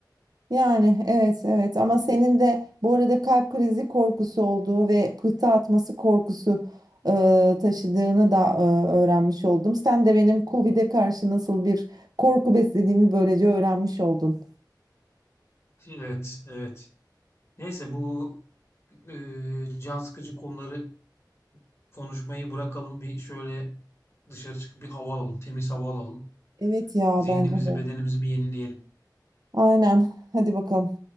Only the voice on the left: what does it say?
Evet, evet. Neyse bu eee, can sıkıcı konuları konuşmayı bırakalım. Bir şöyle dışarı çıkıp bir hava alalım, temiz hava alalım.
Zihnimizi,
bedenimizi bir yenileyelim.